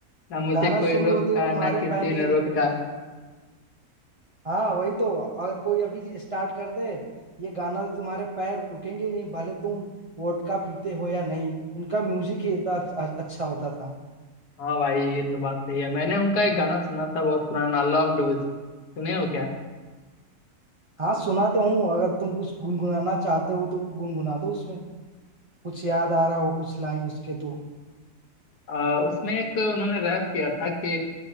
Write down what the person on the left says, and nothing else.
ना मुझे
कोई
रोका
ना किसी
ने
रोका
हाँ भाई ये तो बात सही है मैंने उनका एक गाना सुना था बहुत पुराना लव डोज सुने हो क्या
आ, उसमें एक उन्होंने रैप किया था कि